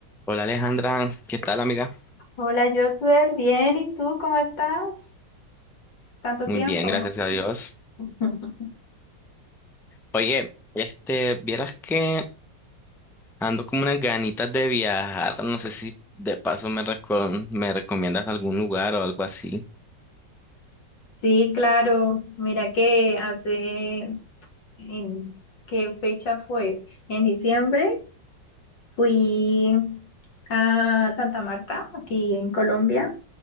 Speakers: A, in the centre; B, on the left.
A: Hola Alejandra, ¿qué tal amiga?
B: Hola, Jotzer, bien, ¿y tú cómo estás? Tanto
A: Muy
B: tiempo.
A: bien, gracias a Dios.
B: <laughs>
A: Oye, este, vieras que ando como unas ganitas de viajar, no sé si de paso me, reco- me recomiendas algún lugar o algo así.
B: Sí, claro. Mira que hace, ¿en qué fecha fue? En diciembre fui a Santa Marta, aquí en Colombia,